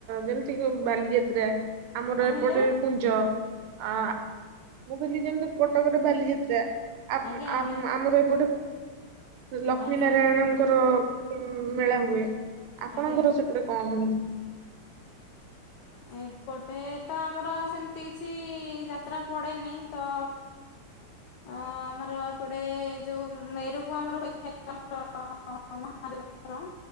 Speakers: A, on the right (about 80°); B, on the left (about 70°).
A: ଯେମିତି କି ବାଲିଯାତ୍ରା ଆମର
B: କଣ କହିଲେ
A: ଏପଟେ କୁଞ୍ଜ ଆ ମୁଁ କହିଲି ଯେମିତି କଟକରେ ବାଲିଯାତ୍ରା ଆପ
B: ଆଜ୍ଞା ଆଜ୍ଞା
A: ଆମ ଆମର ଏ ଗୋଟେ ଲକ୍ଷ୍ମୀ
B: ଆଜ୍ଞା
A: ନାରାୟଣଙ୍କର ମେଳା ହୁଏ ଆପଣଙ୍କର
B: ଆଜ୍ଞା
A: ସେପଟ କଣ ହୁନ୍ତି
B: ଏପଟେ ତ ଆମର ସେମତି କିଛି ଯାତ୍ରା ପଡେନି ତ ଅ ଆମର ଏପଟେ ଯୋଉ ମେରୁକୁ ଆମର ହୋଇଥାଇ ଆମର <unintelligible> ମହାଦେବଙ୍କର